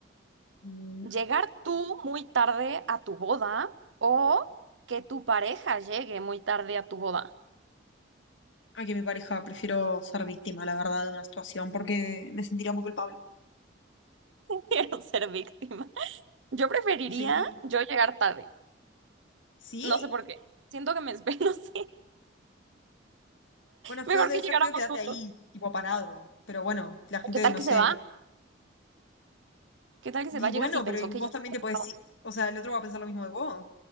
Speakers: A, on the left; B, on the right.
A: mm,
B: ¿Llegar tú muy tarde a tu boda o que tu pareja llegue muy tarde a tu boda?
A: Aquí mi pareja, prefiero ser víctima, la verdad, de una situación porque me sentiría muy culpable.
B: <laughs> Quiero ser víctima. Yo preferiría
A: Sí.
B: yo llegar tarde.
A: ¿Sí?
B: No sé por qué. Siento que me espe- <laughs> no sé.
A: Bueno, feo
B: Mejor
A: debe
B: que llegáramos
A: ser feo quedarte
B: juntos.
A: ahí, tipo parado. Pero bueno, la gente,
B: ¿O ¿Qué tal
A: no
B: que
A: sé.
B: se va? ¿Qué tal que
A: Y
B: se va?
A: bueno,
B: Llega si pensó
A: pero y vos
B: que ya...
A: también
B: había
A: te podés
B: estado.
A: decir. O sea, el otro va a pensar lo mismo de vos.